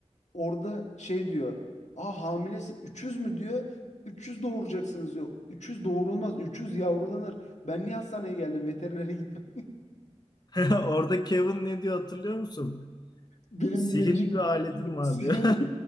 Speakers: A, on the left (about 80°); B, on the left (about 35°).
A: Orada şey diyor. Aa hamilesin. Üçüz mü diyor. 300 doğuracaksınız diyor. 300 doğurulmaz. 300 yavrulanır. Ben niye hastaneye geldim? Veterinere gitmem.
B: <laughs> Orada Kevin ne diyor hatırlıyor musun?
A: <laughs> Benim
B: Sihirli
A: magic
B: bir aletim
A: <laughs>
B: var
A: sihirli.
B: diyor.